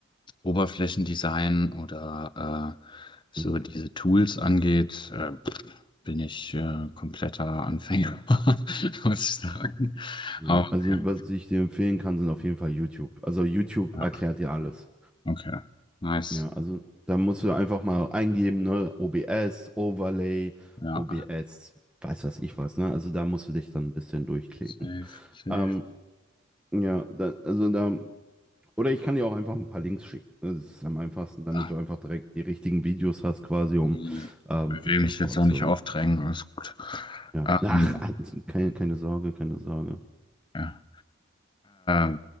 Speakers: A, on the left; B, in the centre.
A: Oberflächendesign oder äh, so
B: Mhm.
A: diese Tools angeht, äh, pff, bin ich äh, kompletter Anfänger, <laughs> muss ich sagen.
B: Ja,
A: Aber
B: also
A: ja,
B: was ich dir empfehlen kann, sind auf jeden Fall YouTube. Also YouTube
A: ja,
B: erklärt dir alles.
A: okay, nice.
B: Ja, also da musst du einfach mal eingeben, ne? OBS, Overlay,
A: Ja,
B: OBS, weiß was ich was, ne? Also da musst du dich dann ein bisschen durchklicken.
A: safe, safe.
B: Ähm, ja, da, also da, oder ich kann dir auch einfach ein paar Links schicken. ne? Das ist am einfachsten, damit
A: Ah,
B: du einfach direkt die richtigen Videos hast, quasi, um
A: äh,
B: ähm,
A: will
B: dich davor
A: mich jetzt auch
B: zu.
A: nicht aufdrängen, alles gut.
B: Ja.
A: Ähm,
B: <laughs> Ach, also keine, keine Sorge, keine Sorge.
A: ja. Äh,